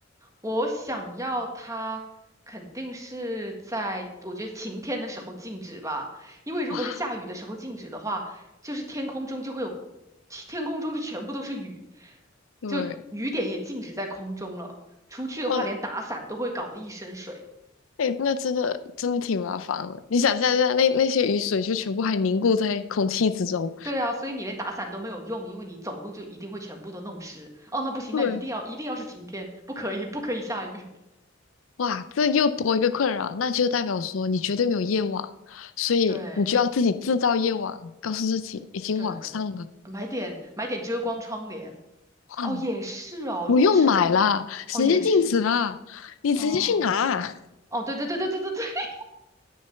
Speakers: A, on the right; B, on the left.
A: 我想要它，肯定是在我觉得晴天的时候静止吧，因为如果是下雨的时候静止的话，
B: 哇，
A: 就是天空中就会有，天空中就全部都是雨，
B: 对，
A: 就雨点也静止在空中了。出去的话，
B: 我
A: 连打伞都会搞得一身水。
B: 哎、那真的真的挺麻烦的。你想象一下，那那些雨水就全部还凝固在空气之中，
A: 对啊，所以你连打伞都没有用，因为你走路就一定会全部都弄湿。哦，那不行，
B: 对，
A: 那一定要一定要是晴天，不可以不可以下雨。
B: 哇，这又多一个困扰，那就代表说你绝对没有夜晚，所以你就要自己制造夜晚，
A: <laughs> 对
B: 告诉自己已经晚上了，
A: 对，买点买点遮光窗帘。
B: 哇，
A: 哦，也是哦，
B: 不用买啦，
A: 如果时间，
B: 时间静止啦，
A: 哦也是
B: 你直接去拿，
A: 哦哦，对对对对对对对，<laughs>